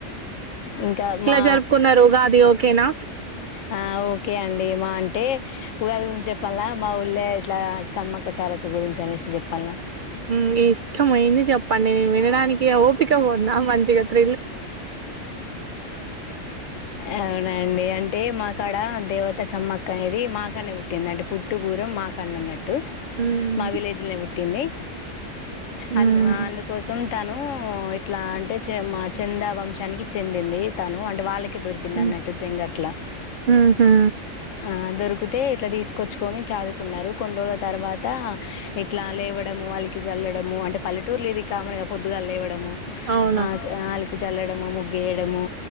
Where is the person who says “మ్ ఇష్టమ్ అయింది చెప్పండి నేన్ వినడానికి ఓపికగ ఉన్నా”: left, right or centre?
Right